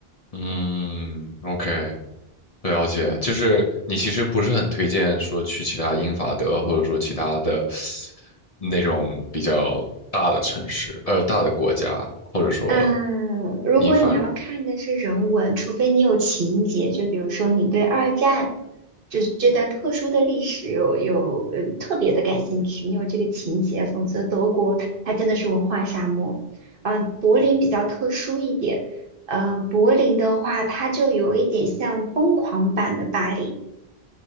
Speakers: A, on the left; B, on the right.
A: 嗯，OK，了解。就是你其实不是很推荐说去其他英法德或者说其他的那种比较大的城市，呃，大的国家，或者说
B: 嗯，如果你要看的是人文，
A: 你反，
B: 除非你有情节，就比如说你对二战这这段特殊的历史有有呃特别的感兴趣，你有这个情节，否则德国它真的是文化沙漠。嗯，柏林比较特殊一点，嗯，柏林的话，它就有一点像疯狂版的巴黎。